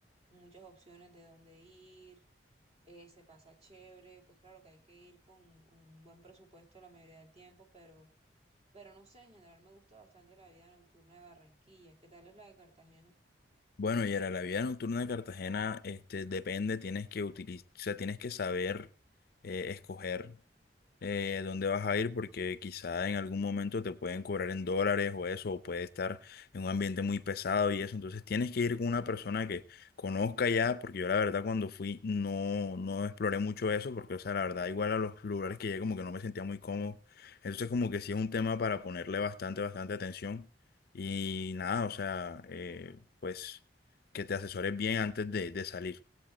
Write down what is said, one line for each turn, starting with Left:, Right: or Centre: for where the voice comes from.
Right: muchas opciones de dónde ir, eh, se pasa chévere, pues claro que hay que ir con un buen presupuesto la mayoría del tiempo, pero, pero no sé, en general me gusta bastante la vida nocturna de Barranquilla. ¿Qué tal es la de Cartagena?
Left: Bueno, y era la vida nocturna de Cartagena, este, depende, tienes que utilizar, tienes que saber eh, escoger eh, dónde vas a ir, porque quizá en algún momento te pueden cobrar en dólares o eso, o puede estar en un ambiente muy pesado y eso. Entonces tienes que ir con una persona que conozca ya, porque yo la verdad cuando fui no, no exploré mucho eso, porque o sea, la verdad igual a los lugares que llegué como que no me sentía muy cómodo. Entonces como que sí es un tema para ponerle bastante, bastante atención. Y nada, o sea, eh, pues que te asesores bien antes de, de salir.